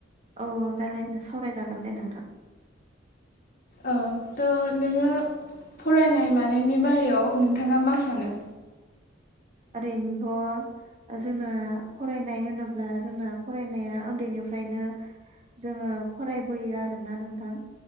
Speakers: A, on the right; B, on the left.
A: औ रायलायनो सावरायजागोन दे नोंथां।
B: औ थ' नोङो फरायनाय मानायनि बारियाव नोंथाङा मा सानो?
A: ओरैनोथ' ओ जोंना फरायनाय होनोब्ला जोंना फरायनाया उन्दैनिफ्रायनो जोङो फरायबोयो आरोना नोंथां।